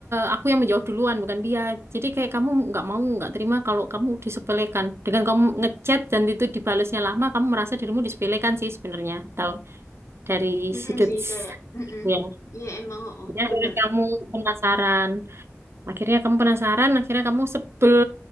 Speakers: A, on the right; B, on the left.
A: aku yang menjawab duluan bukan dia. Jadi kayak kamu nggak mau nggak terima kalau kamu disepelekan. Dengan kamu ngechat dan itu dibalasnya lama, kamu merasa dirimu disepelekan sih sebenarnya. Tahu dari
B: Mm-mm
A: sudut
B: sih kayak mm-mm.
A: itu ya.
B: Iya emang oh,
A: Jadi akhirnya
B: bener
A: kamu penasaran. Akhirnya kamu penasaran, akhirnya kamu sebel.